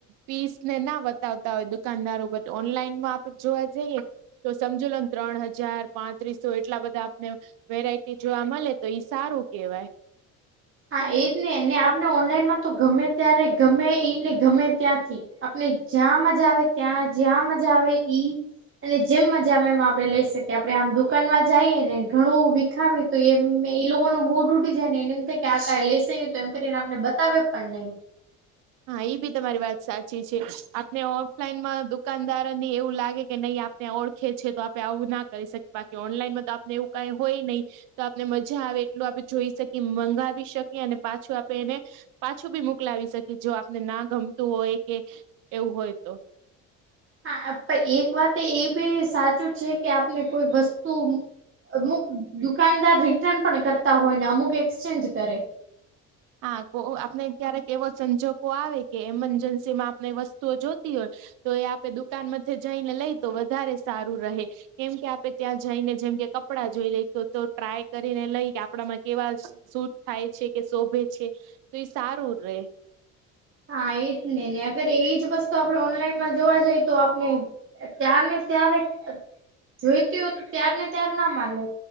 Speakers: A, on the right (about 70°); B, on the right (about 40°).
A: પીસને ના બતાવતા હોય દુકાનદારો બધ ઓનલાઈન માં આપણે જોવા જઈએ. તો સમજ લોને ત્રણ હજાર પાંત્રીસો એટલા બધા આપને વેરાયટી જો આ મળે તો ઈ સારુ કેહેવાય
B: હા, એજ ને ને આપને ઓનલાઈનમા તો ગમે ત્યારે ગમે ઈને ગમે ત્યાંથી આપને જ્યાં મજા આવે ત્યા જ્યા મજા આવે ઈ અને જેમ મજામાં એમ આપડે લઈ શકીએ આપડણે આમ દુકાનમાં જઈએ ને ઘણુ ખાવી તુ એમ એ લોકો ન મૂડ ઉડી જાય ને એને એમ ક આ કઈ લેશે ન તો એમ કરીને આપને બતાવે પણ નહી
A: હા એ બી તમારી વાત સાચી છે, આપને ઓફલાઈનમાં દુકાનદાર ને એવું લાગે કે નહી આપને ઓળખેી તો આપણે આવું ના કરી શકીએ બાકી ઓનલાઈનમાં આપને એવું કઈ હોય, નહી તો આપને મજા આવે એટલું આપણે જોઈ, શકીએ મંગાવી શકીએ અને પાછું આપણે એને પાછું બી મોકલાવી શકે જો આપને ના ગમતુ હોય, કે એવું હોય તો
B: હા એક વાત એ બી સાચુ છેકે, આપને કોઈ વસ્તુ અમુક દુકાનદાર રિટર્ન પણ કરતા હોય ને અમુક એક્સચેન્જ કરે
A: હા આપણે ક્યારેક એવો સંજોગો આવે કે એમરજન્સીમા આપણે વસ્તુઓ જોતી હોય. તો એ આપડે દુકાન મથી જઈને, લઈ તો વધારે સારુ રહે કેમ કે આપડે ત્યાં જઈને જેમ કે કપડા જોઈ, લઈ તો ટ્રાય કરીને લઈ કે આપડામાં કેવા શૂટ થાય છેકે, શોભે છે, તો એ સારુ ર
B: હા એજ ને ને અગર એ જ વસ્તુ આપણે ઓનલાઈનમા જોવા જઈએ, તો આપણે ત્યાર ને ત્યારે જોઈતી હોયત ત્યારને ત્યારે ના માલે